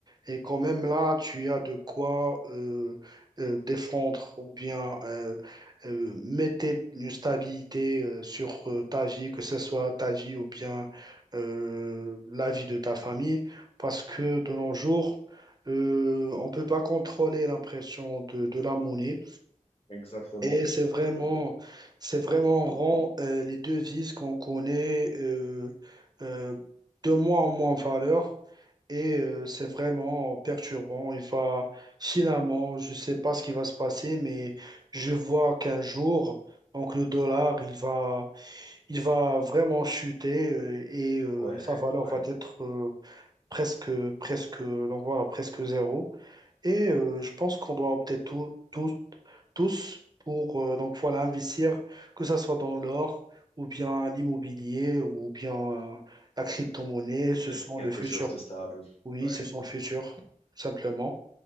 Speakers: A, on the right; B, on the left.
A: et quand même là, tu as de quoi euh, euh, défendre ou bien euh, euh, mettre une stabilité euh, sur euh, ta vie, que ce soit ta vie ou bien euh, la vie de ta famille, parce que de nos jours, euh, on ne peut pas contrôler l'impression de, de la monnaie.
B: Exactement.
A: Et c'est vraiment,
B: Exactement.
A: c'est vraiment rend euh, les devises qu'on connaît euh, euh, de moins en moins en valeur. Et euh, c'est vraiment perturbant. Il va finalement, je ne sais pas ce qui va se passer, mais je vois qu'un jour, donc le dollar, il va, il va vraiment chuter euh, et euh,
B: Ouais,
A: sa valeur
B: ouais.
A: va être euh, presque, presque, donc voilà, presque zéro. Et euh, je pense qu'on doit opter tous, tous, tous pour euh, donc voilà investir, que ce soit dans l'or ou bien l'immobilier ou bien euh, la crypto-monnaie. Ce
B: Euh,
A: sont
B: Quelque
A: le futur.
B: chose de stable.
A: Oui,
B: Ouais.
A: ce sont le futur, simplement.